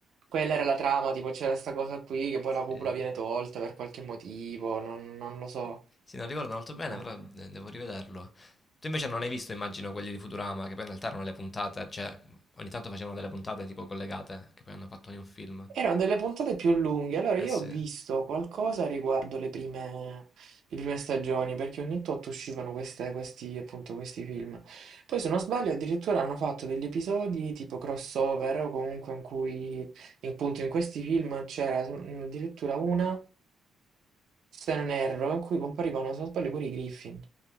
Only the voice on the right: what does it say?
quella era la trama, tipo c'era sta cosa qui che poi
la cupola viene tolta per qualche motivo, non, non lo so.
eh.
Erano delle puntate più lunghe, allora
io
ho visto qualcosa riguardo le prime, le prime stagioni, perché ogni tot uscivano queste- questi, appunto, questi film. Poi, se non sbaglio, addirittura hanno fatto degli episodi tipo crossover, o comunque in cui, in- appunto, in questi film c'era mm, addirittura una, se non erro, in cui comparivano, se non sbaglio, pure i Griffin.